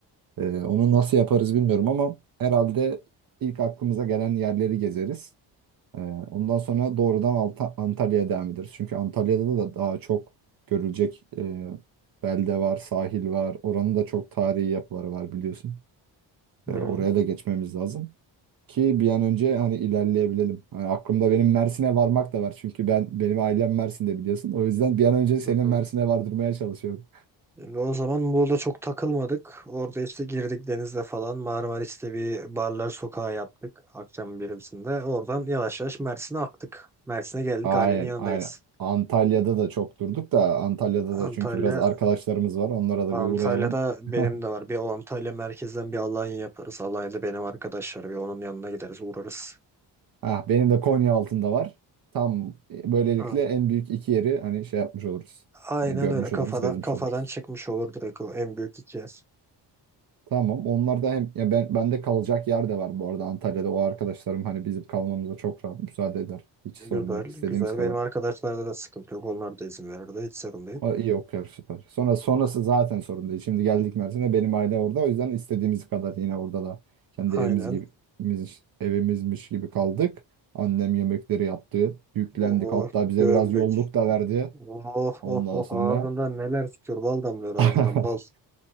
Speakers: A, on the right; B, in the centre.
A: Ee, onu nasıl yaparız bilmiyorum ama herhalde ilk aklımıza gelen yerleri gezeriz. Ee, ondan sonra doğrudan Alta- Antalya'ya devam ederiz. Çünkü Antalya'da da daha çok görülecek e, belde var, sahil var. Oranın da çok tarihi yapıları var biliyorsun.
B: Hı
A: Ee, oraya
B: hı.
A: da geçmemiz lazım ki bir an önce hani ilerleyebilelim. Hani aklımda benim Mersin'e varmak da var. Çünkü ben benim ailem Mersin'de biliyorsun. O yüzden bir an önce senin
B: Hı hı.
A: Mersin'e vardırmaya çalışıyorum.
B: Şimdi o zaman burada çok takılmadık. Orada işte girdik denizde falan. Marmaris'te bir barlar sokağı yaptık. Akşam birimsinde. Oradan yavaş yavaş Mersin'e aktık. Mersin'e geldik
A: Aynen,
B: ailenin yanındayız.
A: aynen. Antalya'da da çok durduk da Antalya'da da
B: Antalya,
A: çünkü biraz arkadaşlarımız var. Onlara da
B: Antalya'da
A: bir uğrayalım.
B: benim
A: <laughs>
B: de var. Bir o Antalya merkezden bir Alanya yaparız. Alanya'da benim arkadaş var. Bir onun yanına gideriz, uğrarız.
A: Ah, benim de Konya altında var. Tam e, böylelikle
B: A-
A: en büyük iki yeri hani şey yapmış oluruz.
B: Aynen
A: Yani görmüş
B: öyle kafadan
A: oluruz, gezmiş
B: kafadan
A: oluruz.
B: çıkmış olur direkt o en büyük iki yer.
A: Tamam. Onlar da hem ya ben bende kalacak yer de var bu arada Antalya'da. O arkadaşlarım hani bizim kalmamıza çok rahat müsaade eder. Hiç
B: Güzel,
A: sorun yok. istediğimiz
B: güzel.
A: kadar.
B: Benim arkadaşlarda da sıkıntı yok. Onlar da izin verirdi. Hiç sorun değil.
A: O iyi okuyor süper. Sonra sonrası zaten sorun değil. Şimdi geldik Mersin'e benim aile orada. O yüzden istediğimiz kadar yine orada da kendi
B: Aynen.
A: evimiz gibi biz- evimizmiş gibi kaldık. Annem yemekleri yaptı. Yüklendik.
B: Oh,
A: Hatta bize
B: gömdük.
A: biraz yolluk da verdi.
B: Oh,
A: Ondan
B: oh, oh.
A: sonra
B: Ağzından neler tutuyor. Bal damlıyor ağzından
A: <laughs>
B: bal.